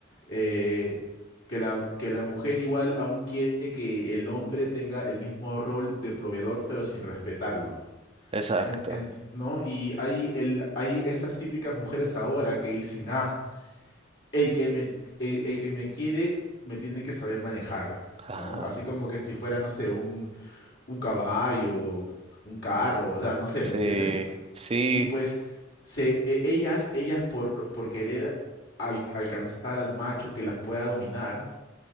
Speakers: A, on the left; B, on the right.
A: eh, que la, que la mujer igual aún quiere que el hombre tenga el mismo rol de proveedor, pero sin respetarlo.
B: Exacto.
A: En- en- ¿no? Y hay, el, hay estas típicas mujeres ahora que dicen, ah, el que me, el, el que me quiere me tiene que saber manejar,
B: Ajá.
A: ¿no? Así como que si fuera, no sé, un, un caballo, un carro, o sea, no sé,
B: Sí,
A: ¿me entiendes?
B: sí,
A: Y pues se, e- ellas, ellas por, por querer al- alcanzar al macho que las pueda dominar,